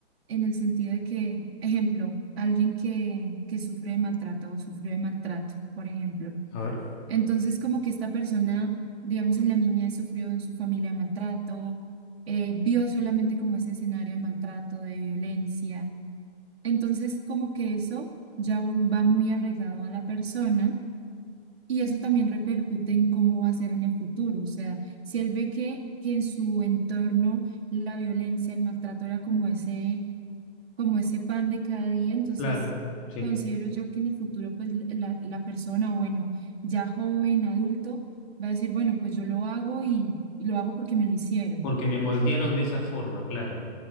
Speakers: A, on the right; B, on the left.
A: en el sentido de que, ejemplo, alguien que, que sufre de maltrato o sufrió de maltrato, por ejemplo.
B: A ver.
A: Entonces, como que esta persona, digamos, en la niñez sufrió en su familia de maltrato, eh, vio solamente como ese escenario de maltrato, de violencia entonces, como que eso ya u- va muy arraigado a la persona y eso también repercute en cómo va a ser en el futuro. O sea, si él ve que, que en su entorno la violencia, el maltrato era como ese, como ese pan de cada día, entonces
B: Claro, sí,
A: considero yo que en el futuro, pues l- la, la persona, bueno, ya joven, adulto, va a decir, bueno, pues yo lo hago y, y lo hago porque me lo hicieron.
B: porque me moldearon de esa forma, claro.